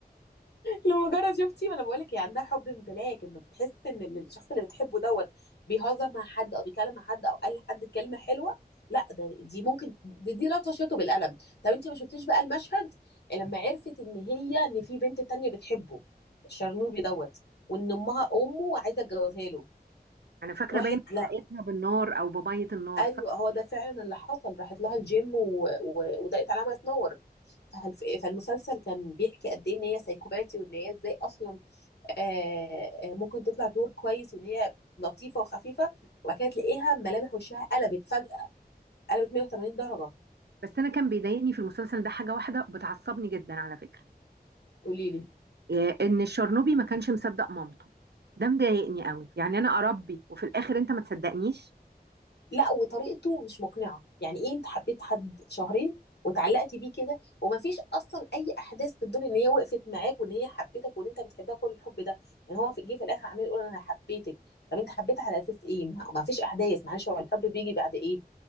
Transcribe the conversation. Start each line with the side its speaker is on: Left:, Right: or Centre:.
Left: لمجرد شفتي ما انا بقول لك هي عندها حب امتلاك لما بتحس ان ال- الشخص اللي بتحبه دوت بيهزر مع حد او بيكلم مع حد او قال لحد كلمه حلوه لا ده دي ممكن دي, دي لطشته بالقلم طب انت ما شفتيش بقى المشهد لما عرفت ان هي ان في بنت تانية بتحبه الشرنوبي دوت وان امها امه عايزه تجوزها له
Right: انا فاكره
Left: راحت
Right: باين
Left: لا
Right: حرقتها بالنار او بميه النار
Left: ايوه
Right: صح
Left: هو ده فعلا اللي حصل راحت لها الجيم و... و... وضاقت عليها ما تنور فالف- فالمسلسل كان بيحكي قد ايه ان هي سايكوباتي وان هي ازاي اصلا آه، آه، ممكن تطلع دور كويس وان هي لطيفه وخفيفه وبعد كده تلاقيها ملامح وشها قلبت فجاه قلبت 180 درجه
Right: بس انا كان بيضايقني في المسلسل ده حاجه واحده بتعصبني جدا على فكره
Left: قولي لي
Right: إيه، ان الشرنوبي ما كانش مصدق مامته ده مضايقني قوي يعني انا اربي وفي الاخر انت ما تصدقنيش
Left: لا وطريقته مش مقنعه يعني ايه انت حبيت حد شهرين وتعلقتي بيه كده ومفيش اصلا اي احداث تدل ان هي وقفت معاك وان هي حبيتك وان انت بتحبها كل الحب ده يعني هو في جه في الاخر عمال يقول انا حبيتك طب انت حبيتها على اساس ايه ما ما فيش احداث معلش هو الحب بيجي بعد ايه